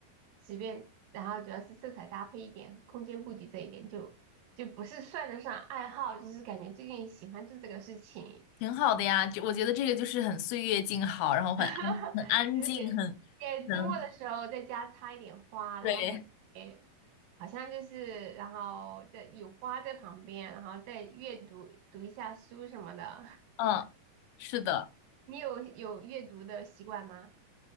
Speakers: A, on the right; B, on the left.
A: 随便，然后主要是色彩搭配一点，空间布局这一点就就不是算得上爱好，就是感觉最近喜欢做这个事情，
B: 挺好的呀，就我觉得这个就是很岁月静好，然后很安很安静，
A: <laughs> 就是
B: 很
A: 也周末的时候在家插一点花，
B: 很对，
A: 然后感觉好像就是然后在有花在旁边，然后再阅读读一下书什么的，
B: 嗯，是的，
A: <laughs> 你有有阅读的习惯吗？